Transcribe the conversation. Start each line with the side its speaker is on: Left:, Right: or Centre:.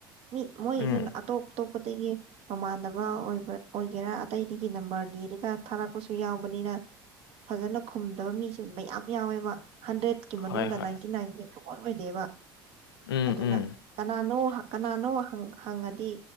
Right: ꯃꯤꯠ ꯃꯣꯏꯁꯨ
Left: ꯎꯝ
Right: ꯑꯇꯣꯞ ꯑꯇꯣꯞꯄ ꯄꯗꯒꯤ ꯃꯃꯥꯟꯅꯕ ꯑꯣꯏꯕ ꯑꯣꯏꯒꯦꯔꯥ ꯑꯇꯩꯗꯒꯤ ꯅꯝꯕꯔꯅꯤꯔꯒ ꯊꯥꯔꯛꯄꯁꯨ ꯌꯥꯎꯕꯅꯤꯅ ꯐꯖꯅ ꯈꯨꯝꯗꯕ ꯃꯤꯁꯨ ꯃꯌꯥꯝ ꯌꯥꯎꯋꯦꯕ ꯍꯟꯗ꯭ꯔꯦꯠꯀꯤ ꯃꯅꯨꯡꯗ
Left: ꯍꯣꯏ ꯍꯣꯏ
Right: ꯅꯥꯏꯟꯇꯤ ꯅꯥꯏꯟꯁꯦ ꯁꯨꯡꯜ ꯑꯣꯏꯗꯦꯕ
Left: ꯎꯝ
Right: ꯑꯗꯨꯅ
Left: ꯎꯝ
Right: ꯀꯅꯥꯅꯣ ꯀꯅꯥꯅꯣ ꯍꯪꯉꯗꯤ